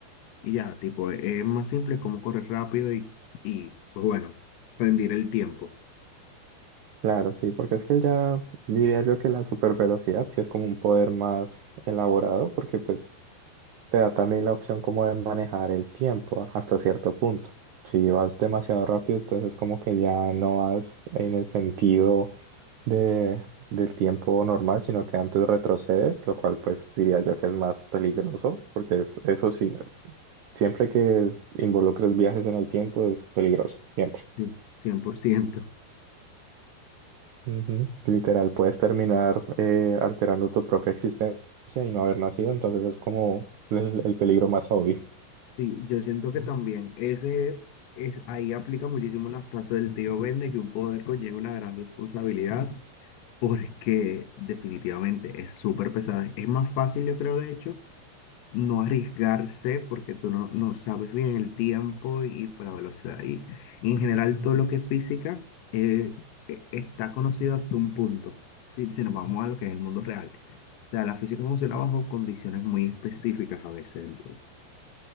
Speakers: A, on the left; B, on the right.
A: Y ya, tipo, e- es más simple, es como correr rápido y, y, pues bueno, rendir el tiempo.
B: Claro, sí, porque es que ya diría yo que la supervelocidad sí es como un poder más elaborado, porque pues te da también la opción como de manejar el tiempo hasta cierto punto. Si vas demasiado rápido, entonces como que ya no vas en el sentido de, del tiempo normal, sino que antes retrocedes, lo cual pues diría yo que es más peligroso, porque es, eso sí, siempre que involucres viajes en el tiempo es peligroso, siempre.
A: Sí, cien por ciento
B: Ujú. Literal, puedes terminar eh, alterando tu propia existencia y no haber nacido, entonces es como el, el peligro más obvio.
A: Sí, yo siento que también ese es, es, ahí aplica muchísimo la frase del tío Ben de que un poder conlleva una gran responsabilidad, porque definitivamente es súper pesada. Es más fácil, yo creo, de hecho, no arriesgarse porque tú no, no sabes bien el tiempo y pues, la velocidad. Y en general todo lo que es física eh, e- está conocido hasta un punto, si, si nos vamos a lo que es el mundo real. O sea, la física funciona bajo condiciones muy específicas a veces. entonces.